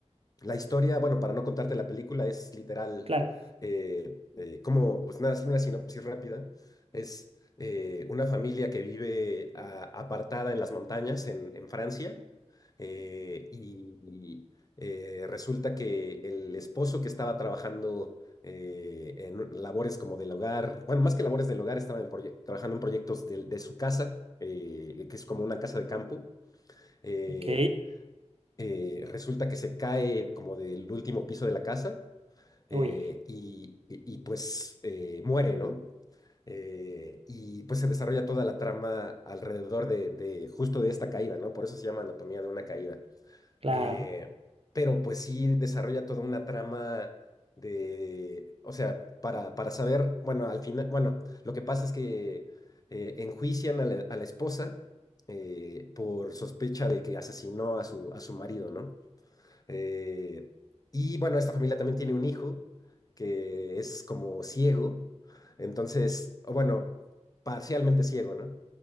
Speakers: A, on the left (about 30°); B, on the right (about 55°).
A: La historia, bueno, para no contarte la película, es literal,
B: Claro.
A: eh, eh, como, pues nada, es una sinopsis rápida. Es eh, una familia que vive a- apartada en las montañas en, en Francia eh, y, y, eh, resulta que el esposo que estaba trabajando eh, en labores como del hogar, bueno, más que labores del hogar, estaba en proye- trabajando en proyectos del- de, su casa, eh, que es como una casa de campo. eh,
B: Ok.
A: eh, resulta que se cae como del último piso de la casa eh,
B: Uy,
A: y, y- y, pues eh, muere, ¿no? Eh, y pues se desarrolla toda la trama alrededor de, de justo de esta caída, ¿no? Por eso se llama Anatomía de una caída.
B: claro,
A: Eh, pero pues sí desarrolla toda una trama de, o sea, para, para saber, bueno, al final, bueno, lo que pasa es que eh, enjuician a la, a la esposa eh, por sospecha de que asesinó a su, a su marido, ¿no? Eh, y bueno, esta familia también tiene un hijo que es como ciego, entonces, o bueno, parcialmente ciego, ¿no?